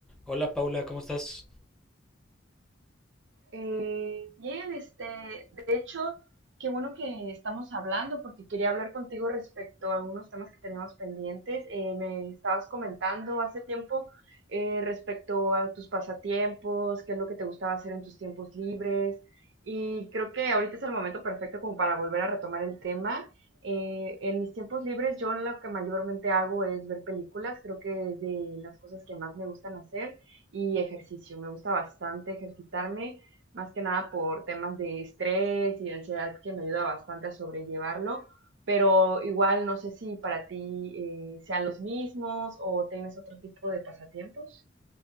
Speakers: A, in the centre; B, on the right.
A: Hola Paula, ¿cómo estás?
B: Eh, bien, este, de hecho, qué bueno que estamos hablando porque quería hablar contigo respecto a algunos temas que teníamos pendientes. Eh, me estabas comentando hace tiempo eh, respecto a tus pasatiempos, qué es lo que te gustaba hacer en tus tiempos libres y creo que ahorita es el momento perfecto como para volver a retomar el tema. Eh, en mis tiempos libres yo lo que mayormente hago es ver películas, creo que es de las cosas que más me gustan hacer y ejercicio. Me gusta bastante ejercitarme más que nada por temas de estrés y ansiedad que me ayuda bastante a sobrellevarlo, pero igual no sé si para ti eh, sean los mismos o tienes otro tipo de pasatiempos.